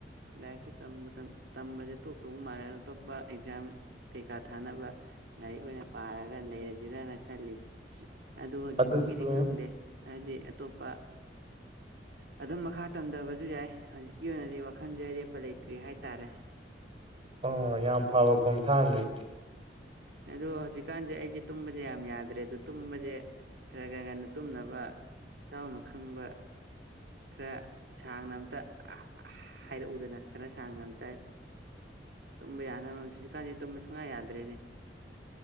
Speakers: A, on the right; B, on the right.
A: ꯂꯥꯏꯔꯤꯛꯁꯦ ꯇꯝꯕꯨ ꯇꯝꯕꯁꯦ ꯇꯣꯛ ꯇꯧ ꯃꯥꯜꯂꯦ ꯑꯇꯣꯞꯄ ꯑꯦꯛꯖꯥꯝ ꯀꯩꯀꯥ ꯊꯥꯅꯕ ꯂꯥꯏꯔꯤꯛ ꯑꯣꯏꯅ ꯄꯥꯔꯒ ꯂꯩꯔꯁꯤꯔꯅ ꯈꯜꯂꯤ ꯑꯗꯨ
B: ꯑꯗꯨꯁꯨ
A: ꯄꯣꯛꯀꯤꯗꯤ ꯈꯪꯗꯦ ꯍꯥꯏꯗꯤ ꯑꯇꯣꯞꯄ ꯑꯗꯨꯝ ꯃꯈꯥ ꯇꯝꯗꯕꯁꯨ ꯌꯥꯏ ꯍꯧꯖꯤꯛꯀꯤ ꯑꯣꯏꯅꯗꯤ ꯋꯥꯈꯟꯁꯦ ꯑꯔꯦꯞꯄ ꯂꯩꯇ꯭ꯔꯤ ꯍꯥꯏꯇꯥꯔꯦ
B: ꯑꯣ ꯌꯥꯝ ꯐꯕ ꯈꯣꯡ ꯊꯥꯡꯅꯤ
A: ꯑꯗꯣ ꯍꯧꯖꯤꯛꯀꯥꯟꯁꯦ ꯑꯩꯁꯦ ꯇꯨꯝꯕꯁꯦ ꯌꯥꯝ ꯌꯥꯗ꯭ꯔꯦ ꯑꯗꯣ ꯇꯨꯝꯕꯁꯦ ꯈꯔ ꯈꯔ ꯉꯟꯅ ꯇꯨꯝꯅꯕ ꯏꯇꯥꯎꯅ ꯈꯪꯕ ꯈꯔ ꯁꯥꯡꯅ ꯑꯝꯇ ꯍꯥꯏꯔꯛꯎꯗꯅ ꯈꯔ ꯁꯥꯡꯅ ꯑꯝꯇ ꯇꯨꯝꯕ ꯌꯥꯅꯕ ꯍꯧꯖꯤꯛꯀꯥꯟꯁꯦ ꯇꯨꯝꯕ ꯁꯨꯡꯌꯥ ꯌꯥꯗꯦ ꯗꯔ꯭ꯦꯅꯦ